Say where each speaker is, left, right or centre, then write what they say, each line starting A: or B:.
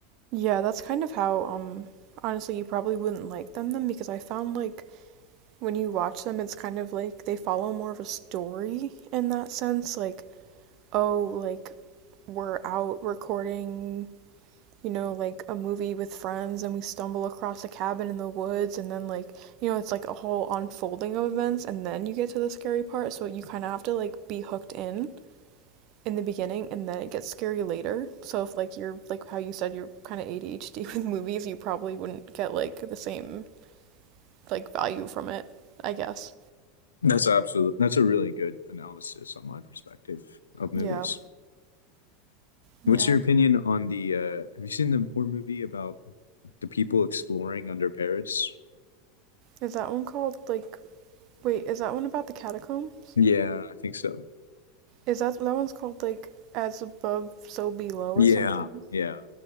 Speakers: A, on the right (about 50°); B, on the left (about 85°).
A: Yeah, that's kind of how um honestly you probably wouldn't like them then because I found like when you watch them it's kind of like they follow more of a story in that sense like oh like we're out recording you know, like a movie with friends and we stumble across a cabin in the woods and then like, you know, it's like a whole unfolding of events and then you get to the scary part, so you kind of have to like be hooked in in the beginning and then it gets scary later. So if like you're like how you said you're kind of ADHD <laughs> with movies, you probably wouldn't get like the same like value from it, I guess.
B: That's absolute. That's a really good analysis on my perspective of movies.
A: Yeah. Yeah.
B: What's your opinion on the? Uh, have you seen the horror movie about the people exploring under Paris?
A: Is that one called like wait, is that one about the catacombs?
B: Yeah, I think so.
A: Is that that one's called like as above so below or
B: Yeah,
A: something?
B: yeah.